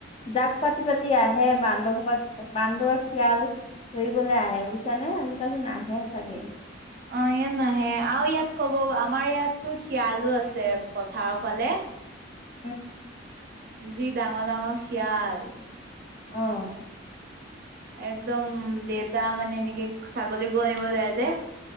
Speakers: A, on the left; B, on the right.
A: জাক পাতি পাতি আহে বান্দৰসোবাক বান্দৰ শিয়াল ধৰিবলৈ আহে বুজিছা নে আজিকালি নাহে। চাগে।
B: অ ইয়াত নাহে আৰু ইয়াত কব আমাৰ ইয়াতো শিয়ালো আছে পথাৰৰ ফালে।
A: উম
B: যি ডাঙৰ ডাঙৰ শিয়াল
A: অহ
B: একদম দেউতা মানে এনেকে ছাগলী গো আনিব যায় যে